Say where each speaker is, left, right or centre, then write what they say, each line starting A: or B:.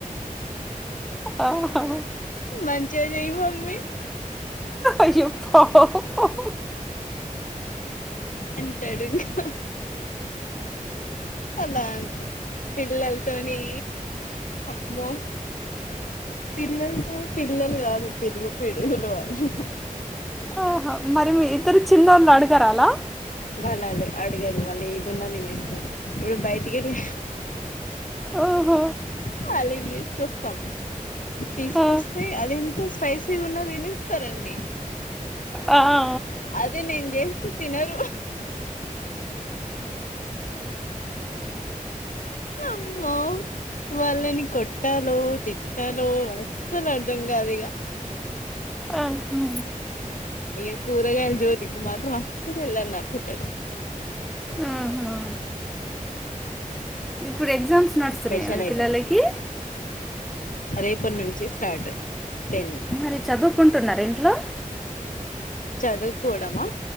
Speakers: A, in the centre; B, on the left.
A: ఆహా
B: మంచిగా చెయ్యు మమ్మీ
A: అయ్యో పాపం
B: తింటడు ఇంక అలా పిల్లలతోని అమ్మో పిల్లలు పిల్లలు కాదు పిడిగు పిడిగులు వాళ్లు
A: ఆహా మరి మీ ఇద్దరు చిన్నోళ్ళు అడగరా అలా
B: వాళ్ళు అడ అడగరు వాళ్ళు ఏదున్నా తినేస్తారు వీడు బయటికెళ్ళి
A: ఓహో
B: వాలకి తీసుకొస్తాం తీసుకొస్తే
A: ఆ.
B: అది ఎంత స్పైసీగా ఉన్న తినేస్తారండి.
A: ఆ ఆ
B: అదే నేను చేస్తే తినరు అమ్మో వాళ్ళని కొట్టాలో తిట్టాలో అస్సలు అర్ధం కాదు ఇగ
A: ఆహా
B: ఏ కూరగాయ జోలికి మాత్రం అస్సలు ఎల్లరు నా పిల్లలు
A: ఆహా ఇప్పుడు ఎగ్జామ్స్ నడుస్తున్నాయా
B: స్పెషల్
A: మీ
B: ఐటమ్స్
A: పిల్లలకి
B: రేపటి నుంచి స్టార్ట్ టెన్
A: మరి చదువుకుంటున్నరా ఇంట్లో
B: చదువుకోడమా